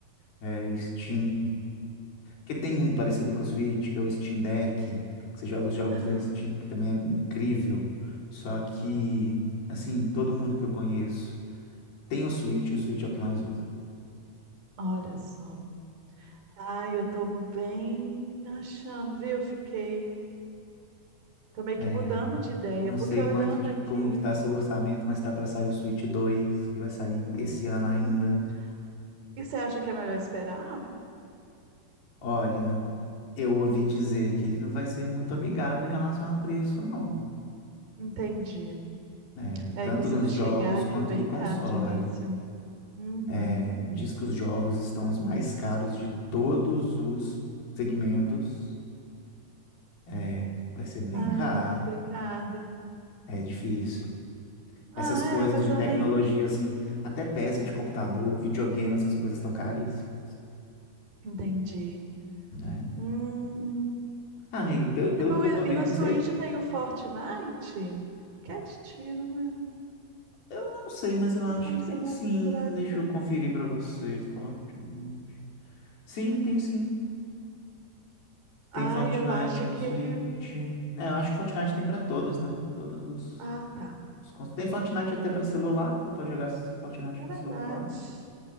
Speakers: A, on the left; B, on the right.
A: é, Steam. Que tem um parecido com o Switch, que é o Steam Deck, que você joga os jogos
B: Ah,
A: da Steam, que também é incrível. Só que, assim, todo mundo que eu conheço tem o Switch, e o Switch é o que mais usa.
B: Olha só. Ai, eu tô bem achando, viu? Fiquei. Tô meio
A: É,
B: que mudando de ideia,
A: Não
B: porque
A: sei
B: olhando
A: quanto, de-
B: aqui.
A: como que tá seu orçamento, mas tá para sair o Switch 2, que vai sair
B: Hum,
A: esse ano ainda.
B: e você acha que é melhor esperar?
A: Olha, eu ouvi dizer que ele não vai ser muito amigável em relação a preço, não.
B: Entendi.
A: É,
B: É,
A: tanto
B: e costuma
A: nos
B: chegar
A: jogos
B: aqui
A: quanto
B: bem
A: do console.
B: caro de início. Uhum.
A: É, diz que os jogos estão os mais caros de todos os segmentos.
B: Ai,
A: É, vai ser bem
B: ai,
A: caro.
B: complicado.
A: É difícil.
B: Ah,
A: Essas coisas
B: é, mas
A: de
B: eu
A: tecnologia,
B: nem
A: assim, até peça de computador, videogame, essas coisas estão caríssimas,
B: entendi.
A: né?
B: Hum.
A: Ah, Amigo, pelo,
B: E
A: pelo
B: no,
A: que eu
B: e
A: tô vendo,
B: no Switch
A: não sei.
B: tem o Fortnite? Que é de tiro, né?
A: Eu não sei, mas eu acho
B: Não sei
A: que
B: se
A: tem
B: eu me
A: sim.
B: aventuraria.
A: Deixa eu conferir pra você. Fortnite. Sim, tem sim. Tem
B: Ai,
A: Fortnite
B: eu acho
A: na
B: que.
A: Switch. É, eu acho que Fortnite tem pra todos, né? Todos os,
B: Ah, tá.
A: os cons- Tem Fortnite até pra celular. Você pode jogar Fortnite
B: É verdade.
A: no celular,